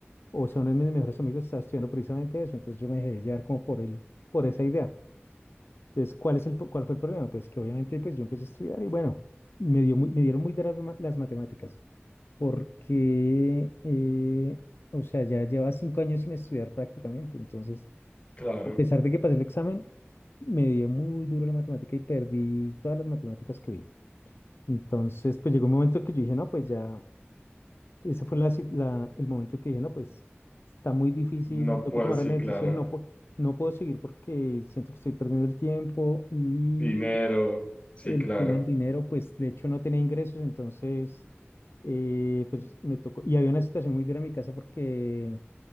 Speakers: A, on the left; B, on the left.
A: o sea, uno de mis mejores amigos estaba estudiando precisamente eso, entonces yo me dejé llevar como por el, por esa idea. Entonces, ¿cuál es el, po- cuál fue el problema? Pues que obviamente pues yo empecé a estudiar y bueno, me dio, mu- me dieron muy duras las, ma- las matemáticas, porque, eh, o sea, ya llevaba cinco años sin estudiar prácticamente, entonces
B: claro,
A: a pesar de que pasé el examen, me dio muy duro la matemática y perdí todas las matemáticas que vi. Entonces, pues llegó un momento que yo dije, no, pues ya, ese fue la, sit- la- el momento que dije, no, pues está muy difícil,
B: no
A: tengo
B: puedo,
A: que tomar
B: sí,
A: una decisión,
B: claro,
A: no, pu- no puedo seguir porque siento que estoy perdiendo el tiempo y
B: dinero, sí,
A: el
B: claro,
A: tema del dinero, pues de hecho no tenía ingresos, entonces, eh, pues me tocó, y había una situación muy dura en mi casa porque